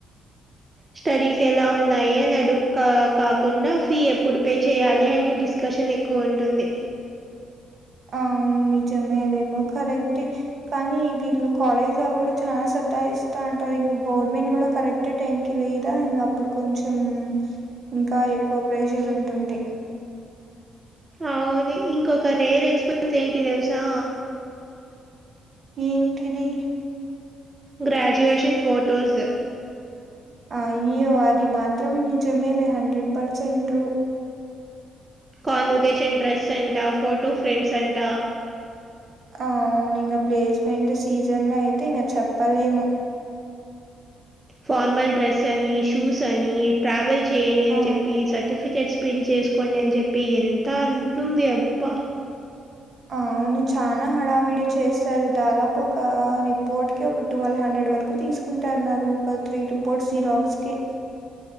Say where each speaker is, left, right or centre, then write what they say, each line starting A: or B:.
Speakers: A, on the right (about 25°); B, on the right (about 50°).
A: స్టడీస్ ఎలా ఉన్నాయి అని అడుగు కాకుండ ఫీ ఎప్పుడు పే చెయ్యాలి అని డిస్ డిస్కషన్ ఎక్కువ ఉంటుంది
B: అ అవును నిజమే అదేమో కరెక్ట్ కానీ వీళ్ళు కాలేజ్ వాళ్ళు కూడా చాలా సతాయిస్తూ ఉంటారు ఇంకా గవర్నమెంట్ కూడా కరెక్ట్ టైం కి వెయ్యరా ఇంకా అప్పుడు కొంచెం ఇంకా ఎక్కువ ప్రెషర్ ఉంటుంది
A: అవును ఇంకొక రేర్ ఎక్స్పీరియన్స్ ఏంటి తెలుసా
B: ఏంటిది
A: గ్రాడ్యుయేషన్ ఫోటోస్
B: అయ్యో అది మాత్రం నిజమేలే hundred percent true
A: convocation dress అంట ఫోటో ఫ్రేమ్స్ అంట
B: అ అవును ఇంక ప్లేస్మెంట్ సీజన్ లో అయితే ఇంక చెప్పలేము
A: ఫార్మల్ డ్రెస్సని షూస్ అని ట్రావెల్ చేయండి అని
B: ఆ
A: చెప్పి సర్టిఫికెట్స్ ప్రింట్ చేసుకోండి అని చెప్పి ఎంత అవుతుంది అబ్బా
B: అవును చానా హడావిడి చేస్తారు. దాదాపు ఒక రిపోర్ట్ కి ఒక ట్వెల్వ్ హండ్రెడ్ వరకు తీసుకుంటా అన్నారు ఒక త్రీ రిపోర్ట్స్ జిరాక్స్ కి